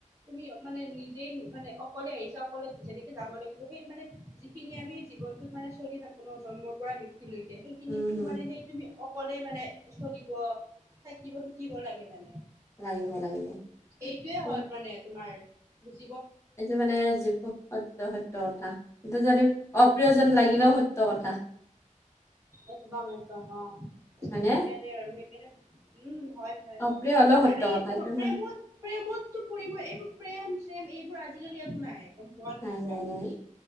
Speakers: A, on the right; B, on the left.
A: তুমি মানে নিজেই মানে অকলে আহিছা অকলে যেনেকে যাব লাগিব সেই মানে যিখিনি আমি জীৱনটোত মানে চলি থাকো ন জন্মৰ পৰা মৃত্যুলৈকে সেইখিনিতো
B: উম হম
A: মানে সেই তুমি অক কলে মানে চলিব থাকিব শিকিব লাগে মানে
B: লাগিব লাগিব
A: এইটোৱে
B: উম,
A: হয় মানে তোমাৰ বুজি
B: এইটো মানে যিবো সত্য সত্য কথা কিন্তুটো যদি অপ্ৰিয়জন
A: উম,
B: লাগিলেও সত্য কথা
A: একদম একদম অ
B: হয়নে
A: সেইকাৰণে আৰু সেইকাৰণে উম হয় হয়
B: অপ্ৰিয়
A: হয়
B: হলেও সত্য
A: আৰু
B: কথা
A: এইবোৰ
B: এইটো মানে
A: প্ৰেমত প্ৰেমতটো পৰিব এইবোৰ প্ৰেম এইবোৰ আজিকালি একো নাই গম পোৱা
B: নাই
A: নোপোৱা
B: নাই নাই